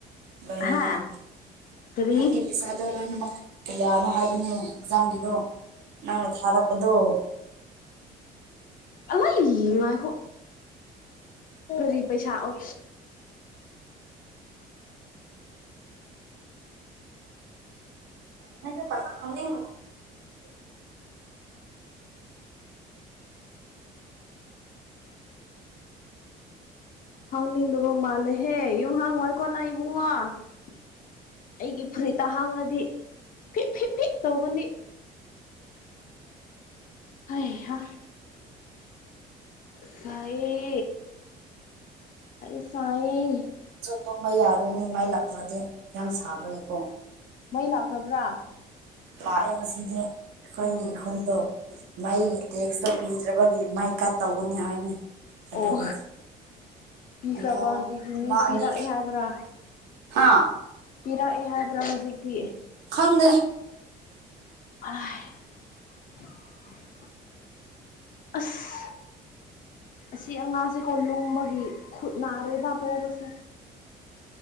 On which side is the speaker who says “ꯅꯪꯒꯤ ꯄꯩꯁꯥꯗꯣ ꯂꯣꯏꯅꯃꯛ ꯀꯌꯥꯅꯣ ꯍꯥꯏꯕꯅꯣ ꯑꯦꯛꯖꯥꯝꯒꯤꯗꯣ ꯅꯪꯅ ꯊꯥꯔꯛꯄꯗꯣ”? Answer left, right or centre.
Right